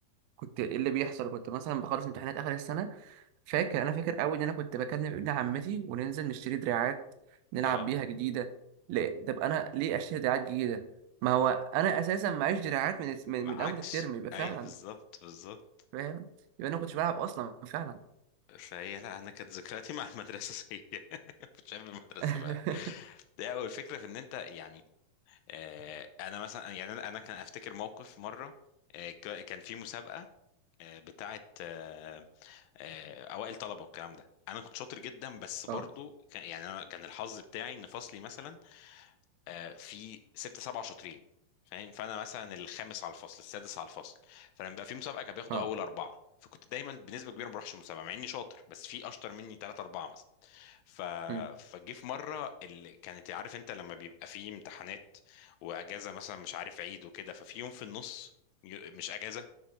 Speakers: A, on the right; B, on the left.
A: كنت ايه اللي بيحصل كنت مثلا بخلص امتحانات اخر السنه فاكر انا فاكر قوي ان انا كنت بكلم ابن عمتي وننزل نشتري دراعات نلعب
B: اه
A: بيها جديده ليه طب انا ليه اشتري دراعات جديده ما هو انا اساسا معيش دراعات من من,
B: معاكش
A: من اول الترم يبقى فعلا
B: ايوه بالظبط بالظبط
A: فاهم يبقى انا ما كنتش بلعب اصلا فعلا
B: فهي لا انا كانت ذكرياتي <laughs> مع المدرسه سيئه <laughs> كنت شايف المدرسه
A: <laughs>
B: بقى ده اول فكره في ان انت يعني آه انا مثلا يعني انا انا كان افتكر موقف مره آه ك- كان في مسابقه آه، بتاعه آه، آه، اوائل طلبه والكلام ده انا كنت شاطر جدا بس برضو
A: اه
B: كان يعني انا كان الحظ بتاعي ان فصلي مثلا آه، في ستة سبعة شاطرين فاهم فانا مثلا الخامس على الفصل السادس على الفصل فلما بقى في مسابقه كان بياخدوا
A: اه
B: اول اربعه فكنت دايما بنسبه كبيره ما بروحش المسابقه مع اني شاطر بس في اشطر مني ثلاثة اربعه مثلا ف...
A: أمم،
B: فجي في مره اللي كانت عارف انت لما بيبقى في امتحانات واجازه مثلا مش عارف عيد وكده ففي يوم في النص ي- مش اجازه